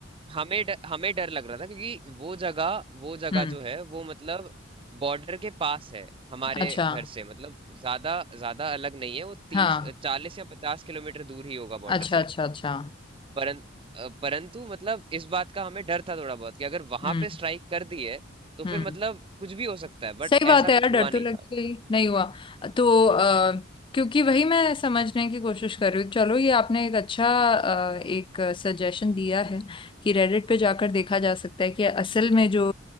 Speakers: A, on the right; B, on the left.
A: हमें डर, हमें डर लग रहा था क्योंकि वो जगह वो जगह
B: हम्म
A: जो है वो मतलब बॉर्डर के पास है हमारे
B: अच्छा
A: घर से मतलब ज्यादा ज्यादा अलग नहीं है वो तीस
B: हाँ
A: चालीस या पचास किलोमीटर दूर ही होगा बॉर्डर
B: अच्छा
A: से
B: अच्छा अच्छा
A: परं, अ, परंतु मतलब इस बात का हमें डर था थोड़ा बहुत कि अगर वहां
B: हम्म
A: पे स्ट्राइक कर दी है तो
B: हम्म
A: फिर मतलब कुछ भी हो सकता है बट
B: सही बात
A: ऐसा
B: है यार
A: कुछ
B: डर
A: हुआ
B: तो
A: नहीं
B: लगेगा
A: था
B: ही नहीं हुआ तो आ, क्योंकि वही मैं समझने की कोशिश कर रही हूँ चलो ये आपने एक अच्छा अ, एक सजेशन दिया है कि रेडिट पे जाकर देखा जा सकता है कि असल में जो